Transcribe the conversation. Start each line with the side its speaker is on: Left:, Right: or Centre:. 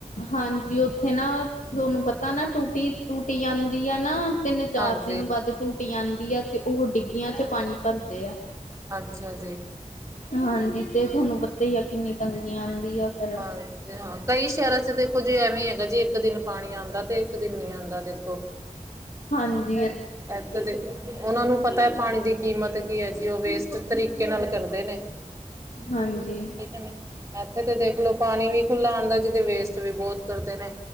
Left: ਹਾਂਜੀ ਉੱਥੇ ਨਾ ਤੁਹਾਨੂੰ ਪਤਾ ਨਾ ਟੂਟੀ ਟੂਟੀ ਆਂਦੀ ਆ ਨਾ। ਤਿੰਨ ਚਾਰ
Right: ਹਾਂਜੀ
Left: ਦਿਨ ਵੱਧ ਟੂਟੀ ਆਂਦੀ ਆ ਤੇ ਉਹ ਡਿੱਗੀਆਂ ਚ ਪਾਣੀ ਭਰਦੇ ਆ।
Right: ਅੱਛਾ ਜੀ,
Left: ਹਾਂਜੀ ਤੇ ਤੁਹਾਨੂੰ ਪਤਾ ਹੀ ਆ ਕਿੰਨੀ ਤੰਗੀ
Right: <unintelligible>
Left: ਆ ਫਿਰ
Right: ਕਈ ਸ਼ਹਿਰਾਂ ਚ ਦੇਖੋ ਜੇ ਐਵੇਂ ਹੈਗਾ ਜੇ ਇੱਕ ਦਿਨ ਪਾਣੀ ਆਂਦਾ ਤੇ ਇੱਕ ਦਿਨ ਨੀ ਆਂਦਾ ਦੇਖੋ।
Left: ਹਾਂਜੀ
Right: ਇਧਰ ਦੇਖੋ ਉਹਨਾਂ ਨੂੰ ਪਤਾ ਹੈ ਪਾਣੀ ਦੀ ਕੀਮਤ ਕੀ ਹੈਗੀ ਜੀ ਉਹ ਵੇਸਟ ਤਰੀਕੇ ਨਾਲ ਕਰਦੇ ਨੇ।
Left: ਹਾਂਜੀ,
Right: ਠੀਕ ਹੈ ਨੇ ਇੱਥੇ ਤਾਂ ਦੇਖ ਲੋਓ ਪਾਣੀ ਵੀ ਖੁੱਲ੍ਹਾ ਆਂਦਾ ਜਿਥੇ ਵੇਸਟ ਵੀ ਬਹੁਤ ਕਰਦੇ ਨੇ।